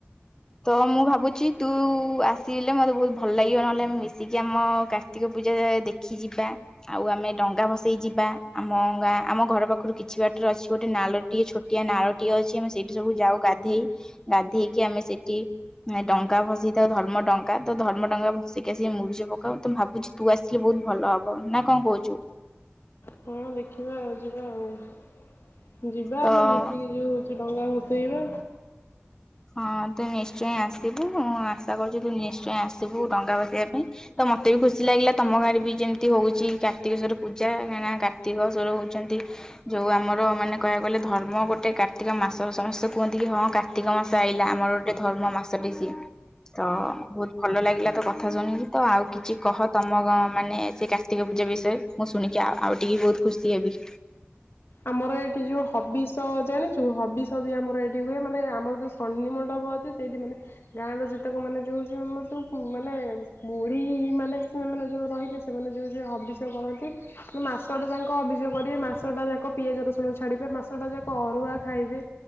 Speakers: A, on the left; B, on the left.
A: ତ ମୁଁ ଭାବୁଛି ତୁ ଆ ଲେ ମତେ ବହୁତ ଭଲ ଲାଗିବ ନହେଲେ ଆମେ ମିଶିକି ଆମ କାର୍ତ୍ତିକ ପୂଜା ଦେଖି ଯିବା ଆଉ ଆମେ ଡଙ୍ଗା ଭସେଇ ଯିବା ଆମ ଗାଁ ଆମ ଘର ପାଖରୁ କିଛି ବାଟରେ ଅଛି ଗୋଟେ ନାଳଟିଏ ଛୋଟିଆ ନାଳଟିଏ ଅଛି ଆମେ ସେଇଠି ସବୁ ଯାଉ ଗାଧେଇ ଗାଧେଇକି ଆମେ ସେଇଠି ଡଙ୍ଗା ଭସେଇଥାଉ ଧର୍ମଡଙ୍ଗା। ପ ତ ଧର୍ମଡଙ୍ଗା ଭସିକି ଆସିକି ମୁଡୁଛ ପକା ତ ଭାବୁଚି ତୁ ଆସିଲେ ବହୁତ ଭଲ ହବ ନା କଣ କହୁଛୁ।
B: ହଁ ଦେଖିବିବା ଯେଟା ଯିବା
A: ତ
B: ଆମେ ମିଶିକି ଯୋଉ ହଉ ଡଙ୍ଗା ହସେଇବା
A: ହଁ ତୁ ନିଶ୍ଚୟ ଆସିବୁ ଆଶା କରୁଛିୁ ତୁ ନିଶ୍ଚୟ ଆସିବୁ ଡଙ୍ଗା ବସେଇବା ପାଇଁ ତ ମତେ ବି ଖୁସି ଲାଗିଲା ତମ ଗାରେ ବି ଯେମିତି ହଉଛି କାର୍ତ୍ତିକ ସଵର ପୂଜା କାହିଁକ ନା କାର୍ତିକ ସଵର ହଉଛନ୍ତି ଯୋଉ ଆମର ମାନେ କହିବାକୁ ଗଲେ ଧର୍ମ ଗୋଟେ କାର୍ତ୍ତିକ ମାସ ସମସ୍ତେ କୁହନ୍ତି କି ହଁ କାର୍ତ୍ତିକ ମାସ ଇଲା ଆମର ଗୋଟେ ଧର୍ମ ମାସଟି ସିଏ ତ ବହୁତ ଭଲ ଲାଗିଲା ତ କଥା ଶୁଣିକି ତ ଆଉ କିଛି କହ ତମ ମାନେ ସେ କାର୍ତ୍ତିକ ପୂଜା ବିଷୟରେ ମୁଁ ଶୁଣିକି ଆଉ ଟିକେ ବହୁତ ଖୁସି ହେବି।
B: ଆମର ଏଇଠି ଯୋଉ ହବି ତ ଜାଣିଛୁ ହବି ଛ ବି ଆମର ଏଇଠି ହୁଏ ମାନେ ଆମର ଯେଉଁ ସନି ମଣ୍ଡପ ଅଛି ସେଇଠି ମାନେ ଗାଁର ଯେତେକ ମାନେ ଯେଉଁଉ ଆମର ଯେଉଁ ମାନେ ବୁଢ଼ୀମାନୋନେ ସେମାନେ ଯେଉଁ ରହିଲେ ସେମାନେ ଯେଉଁ ହବିଷୟ କରନ୍ତି ମାନ ମାସଟା ଯାକ ଅଭିଯୋଗ କରିବେ ମାସଟା ଯାକ ପିଆଜ ରସୁଣ ଛାଡ଼ିବେ ମାସଟା ଯାକ ଅରୁଆ ଖାଇବେ